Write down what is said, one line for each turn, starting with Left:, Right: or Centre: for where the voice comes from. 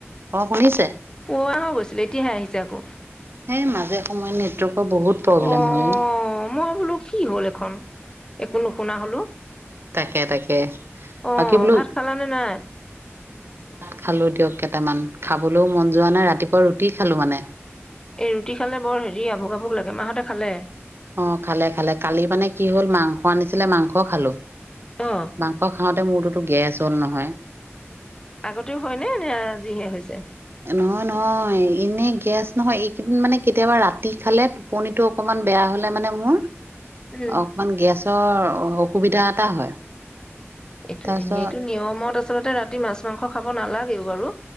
Right: অ শুনিছে?
Left: <unintelligible> হৈ গৈছিলে। এতিয়াহে আহিছে আকৌ
Right: সেই মাজে সময়ে নেটৱৰ্ক বহুত প্ৰব্লেম
Left: অ
Right: ন
Left: মই বোলো কি হল একো নুশুনা হলো।
Right: তাকে তাকে
Left: অ,
Right: বাকী বোলো
Left: ভাত খালানে নাই?
Right: খালোঁ দিয়ক কেইটামান। খাবলৈও মন যোৱা নাই, ৰাতিপুৱা ৰুটি খালো মানে।
Left: এই ৰুটি খালে বৰ হেৰি আভোক আভোক লাগে। মাহঁতে খালে?
Right: অ, খালে খালে। কালি মানে কি হ'ল মাংস আনিছিলে মাংস খালো।
Left: অ
Right: মাংস খাওঁতে মোৰতোটো গেছ <inaudible> নহয়
Left: আগতেও হয় নে নে আজিহে হৈছে?
Right: নহয় নহয় এনে গেছ নহয় এইকেইদিন মানে কেতিয়াবা ৰাতি খালে টোপনিটো অকমান বেয়া হলে মানে মোৰ
Left: উম
Right: অকমান গেছৰ অসুবিধা এটা হয়
Left: এইটো
Right: তাৰপিছত
Left: এনেইটো নিয়মত আছে আচলতে ৰাতি মাছ-মাংস খাব নালাগেও বাৰু।